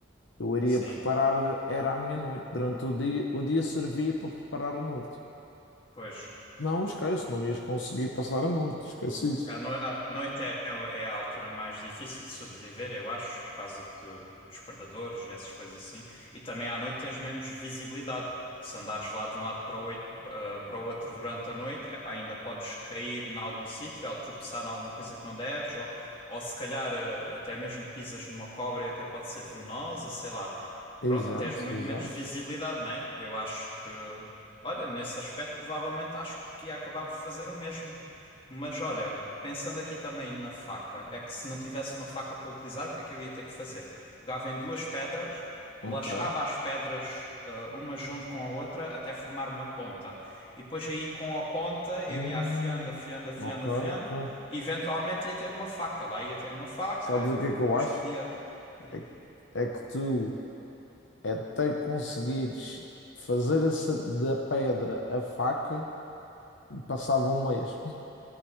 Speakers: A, on the left; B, on the left.
A: Eu iria
B: sim,
A: preparar, era a minha noite. Durante o dia, o dia servia para preparar a noite.
B: pois.
A: Não, esquece, não ias conseguir passar a noite, esquece isso.
B: A, no- a noite é, é a altura mais difícil de sobreviver, eu acho, por causa de- dos predadores e essas coisas assim. E também à noite tens menos visibilidade. Se andares lá de um lado para o, oito- ah, para o outro durante a noite, epá, ainda podes cair em algum sítio ou tropeçar em alguma coisa que não deves, ou, ou se calhar ah, até mesmo pisas numa cobra e até pode ser venenosa, sei lá.
A: Exato,
B: Pronto, tens muito
A: exato.
B: menos visibilidade, né? Eu acho que, olha, nesse aspecto provavelmente acho que ia acabar por fazer o mesmo. Mas olha, pensando aqui também na faca, é que se não tivesse uma faca para utilizar, o que é que eu ia ter que fazer? Pegava em duas pedras,
A: Ok.
B: lascava as pedras, ah, uma junto com a outra, até formar uma ponta. E depois aí com a ponta eu
A: Hum,
B: ia afiando, afiando, afiando,
A: ok, ok.
B: afiando, e eventualmente ia ter uma faca. Lá ia ter uma faca,
A: Sabes o que é que
B: e
A: eu
B: depois
A: acho?
B: podia. Diz.
A: É, que é que tu até conseguires fazer essa da pedra a faca, passava um mês.